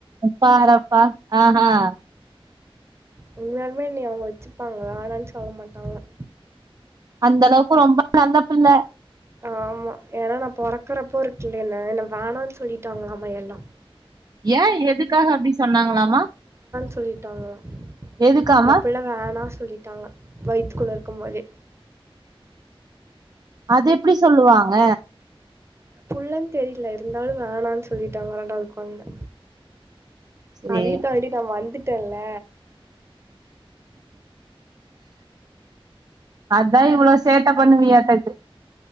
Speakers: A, on the right; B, on the right.
A: ப்பாறப்பா அ அ
B: உண்மையால்மே நீ அவுங்க வெச்சுப்பாங்களா வேணா சொல்ல மாட்டாங்கள
A: அந்த அளவுக்கு ரொம்ப நல்ல பிள்ள
B: ஆமா ஏன்னா நா பொறக்கறப்போ <unintelligible> என்ன வேணான் சொல்லிட்டாங்கலாமா எல்லா
A: ஏ எதுக்காக அப்டி சொன்னாங்களாமா
B: ல்லிட்டாங்களா
A: எதுக்காமா
B: இந்த பிள்ள வேணா சொல்லிட்டாங்க வய்த்துக்குள்ளே இருக்கும் போதே
A: அது எப்டி சொல்லுவாங்க
B: புள்ளன் தெரில இருந்தாலு சொல்லிட்டாங்களா வேண்டா சொல்லிட்டாங்க ரெண்டாவத் கொழந்த
A: சரி
B: அதையு தாண்டி நா வந்துட் விட்டல்ல
A: அதான் இவ்வளோ சேட்ட பண்ணுவியாட்டம் இக்கு